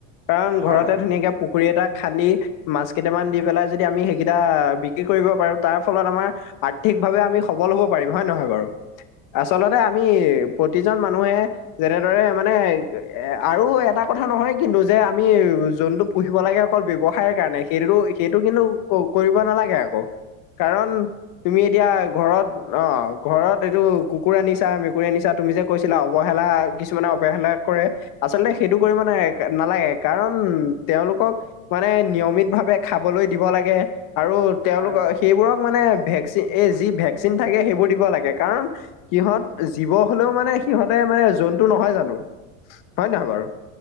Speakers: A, on the left (about 55°); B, on the right (about 55°).
A: কাৰণ
B: হয়
A: ঘৰতে
B: হয়
A: ধুনীয়াকে পুখুৰী এটা খান্দি মাছ কেইটামান দি পেলাই যদি আমি সেইকেইটা বিক্ৰী কৰিব পাৰো, তাৰ ফলত আমাৰ আৰ্থিকভাৱে আমি সবল হ'ব পাৰিম, হয় নহয় বাৰু আচলতে আমি প্ৰতিজন মানুহে যেনেদৰে মানে এ আৰু এটা কথা নহয় কিন্তু যে আমি যোনটো পুহিব লাগে অকল ব্যৱসায়ৰ কাৰণে, সেইটো সেইটো কিন্তু কৰিব নালাগে আকৌ। কাৰণ তুমি এতিয়া ঘৰত অ ঘৰত এইটো কুকুৰ আনিছা, মেকুৰী আনিছা তুমি যে কৈছিলা অৱহেলা কিছুমানে অৱহেলা কৰে আচলতে সেইটো কৰিব নে নালাগে কাৰণ তেওঁলোকক মানে নিয়মিত ভাৱে খাবলৈ দিব লাগে আৰু তেওঁলোকৰ
B: হয়
A: সেইবোৰক মানে ভেকচিন এই যি ভেকচিন থাকে সেইবোৰ দিব লাগে কাৰণ সিহঁত জীৱ হ'লেও মানে, সিহঁতে মানে জন্তু নহয় জানো হয় নহয় বাৰু,